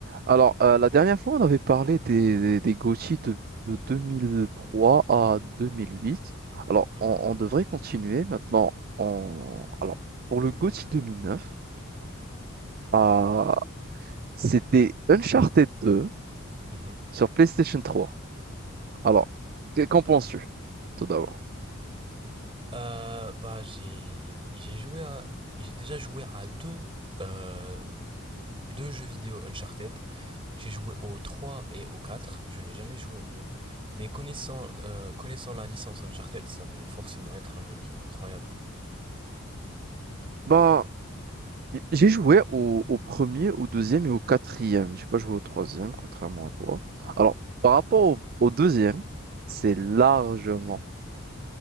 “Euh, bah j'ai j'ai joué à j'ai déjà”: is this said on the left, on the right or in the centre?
Right